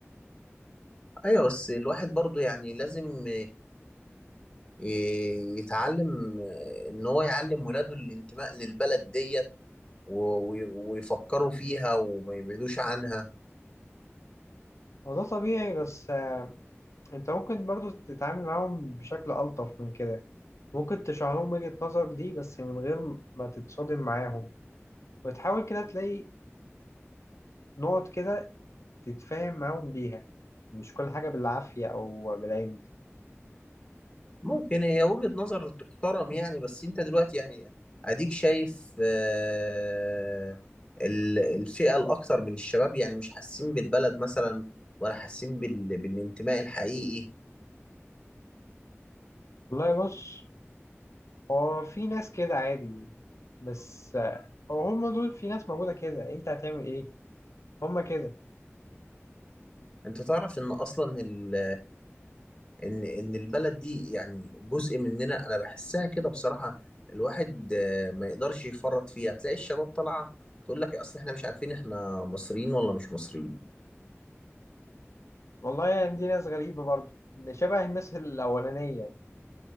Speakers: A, on the left (about 20°); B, on the left (about 80°).
A: أيوة بس الواحد برضه يعني لازم ي- يتعلم آه، ان هو يعلم ولاده الانتماء للبلد ديت و- و- ويفكروا فيها وما يبعدوش عنها
B: وده طبيعي بس انت ممكن برضو تتعامل معاهم بشكل ألطف من كده ممكن تشرح لهم وجهة نظرك دي بس من غير ما تتصادم معاهم وتحاول كده تلاقي نقط كده تتفاهم معاهم بيها مش كل حاجة بالعافية أو بالعند
A: ممكن هي وجهة نظر تحترم يعني بس انت دلوقتي يعني اديك شايف آه، ال- الفئة الاكثر من الشباب يعني مش حاسين بالبلد مثلا ولا حاسين بال- بالانتماء الحقيقي
B: والله بص هو في ناس كده عادي بس هو هم دول في ناس موجودة كده أنت هتعمل إيه؟ هم كده
A: انت تعرف ان اصلا ال ان ان البلد دي يعني جزء مننا انا بحسها كده بصراحة الواحد آه، ما يقدرش يفرط فيها تلاقي الشباب طالعة تقول لك اصل احنا مش عارفين احنا مصريين ولا مش مصريين
B: والله يعني دي ناس غريبة برضه ده شبه الناس الأولانية يعني.